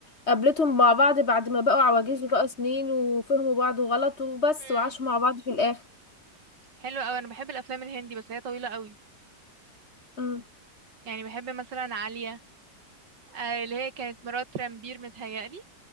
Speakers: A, on the left; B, on the right.
A: قابلتهم مع بعض بعد ما بقوا عواجيز وبقى سنين وفهموا بعض غلط وبس
B: امم
A: وعاشوا مع بعض في الاخر
B: حلو قوي انا بحب الافلام الهندي بس هي طويله قوي
A: امم
B: يعني بحب مثلا عاليه آه اللي هي كانت مرات رامبير متهيألي